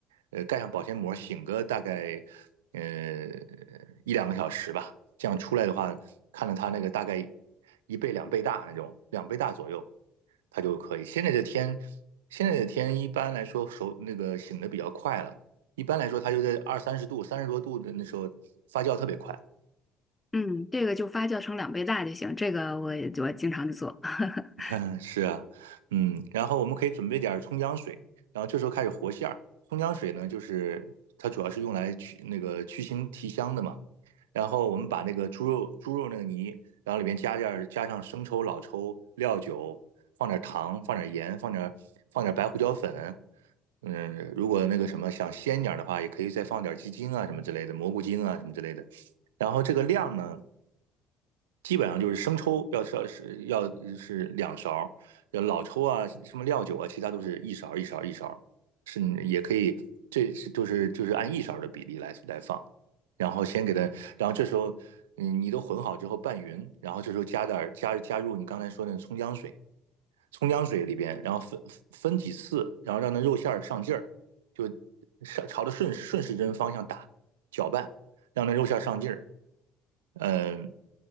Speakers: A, on the right; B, on the left.
A: 呃，盖上保鲜膜醒个大概呃一两个小时吧，这样出来的话，看到它那个大概一倍两倍大那种，两倍大左右。它就可以。现在的天，现在的天一般来说手那个醒的比较快了，一般来说它就在二三十度、三十多度的那时候发酵特别快，
B: 嗯，这个就发酵成两倍大就行，这个我也我经常就做。<laughs>
A: <laughs> 嗯，是啊，嗯，然后我们可以准备点儿葱姜水，然后这时候开始和馅儿。葱姜水呢，就是它主要是用来去那个去腥提香的嘛。然后我们把那个猪肉猪肉那个泥，然后里面加点儿加上生抽、老抽、料酒，放点儿糖，放点儿盐，放点儿放点儿白胡椒粉。嗯，如果那个什么想鲜点儿的话，也可以再放点儿鸡精啊什么之类的，蘑菇精啊什么之类的。然后这个量呢？基本上就是生抽要是要是要是两勺老抽啊、什么料酒啊，其他都是一勺一勺一勺是也可以，这是就是就是按一勺的比例来来放，然后先给它，然后这时候嗯你都混好之后拌匀，然后这时候加点儿加加入你刚才说的那个葱姜水，葱姜水里边，然后分分几次，然后让那肉馅儿上劲儿，就上朝着顺顺时针方向打搅拌，让那肉馅儿上劲儿，嗯。